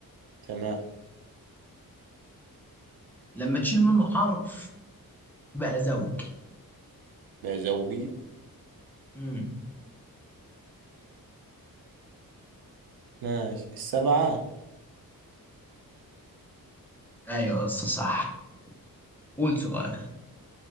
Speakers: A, on the right; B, in the centre.
A: تمام
B: لما تشيل منه حرف بقى زوجي
A: بقى زوجي
B: امم
A: ماشي السبعة
B: ايوه يا اسطى صح قول سؤال